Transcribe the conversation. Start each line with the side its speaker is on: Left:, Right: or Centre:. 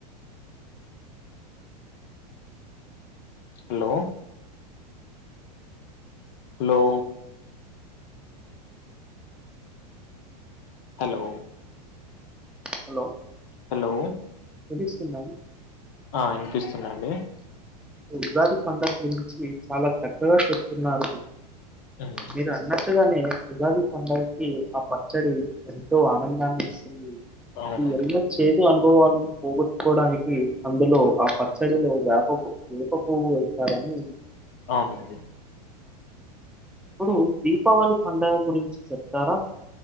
Left: hello hello hello
Centre: hello
Left: hello
Centre: వినిపిస్తుదం
Left: ఆ వినిపిస్తుందండి
Centre: ఉగాది పండగ గురించి చాలా చక్కగా చెప్తున్నారు
Left: ఉమ్,
Centre: మీరు అన్నట్టుగానే ఉగాది పండగకి ఆ పచ్చడి ఎంతో ఆనందాన్ని ఇచ్చింది
Left: అవునండి
Centre: ఇది ఎన్న చె అనుభవాలను పోగొట్టుకోవడానికి అందులో ఆ పచ్చడిలో వేప పూ వేప పువ్వు వేస్తారని
Left: అవునండి
Centre: ఇప్పుడు దీపావళి పండుగ గురించి చెప్తారా